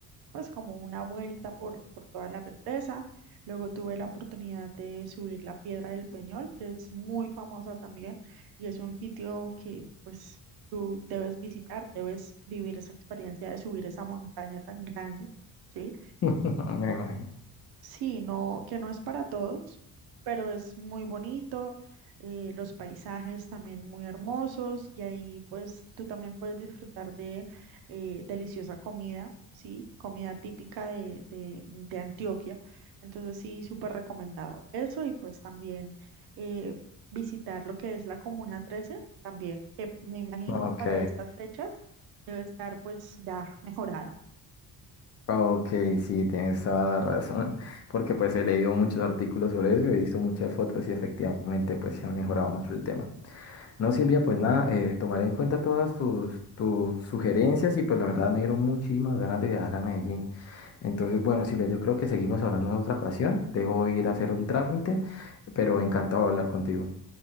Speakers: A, on the right; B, on the left.
A: pues como una vuelta por, por toda la represa. Luego tuve la oportunidad de subir la Piedra del Peñol, que es muy famosa también y es un sitio que, pues, tú debes visitar, debes vivir esa experiencia de subir esa montaña tan grande, ¿sí?
B: <laughs> Me imagino.
A: Sí, no, que no es para todos, pero es muy bonito, eh, los paisajes también muy hermosos y ahí pues tú también puedes disfrutar de eh, deliciosa comida, ¿sí? Comida típica de, de, de Antioquia. Entonces sí, súper recomendado. Eso y pues también eh, visitar lo que es la Comuna Trece también, que me imagino
B: Ok,
A: para estas fechas debe estar pues ya mejorada.
B: ok, sí, tienes toda la razón, porque pues he leído muchos artículos sobre eso, he visto muchas fotos y efectivamente pues se ha mejorado mucho el tema. No, Silvia, pues nada, eh, tomaré en cuenta todas tus, tus sugerencias y pues la verdad me dieron muchísimas ganas de viajar a Medellín. Entonces, bueno, Silvia, yo creo que seguimos hablando en otra ocasión. Debo ir a hacer un trámite, pero encantado de hablar contigo.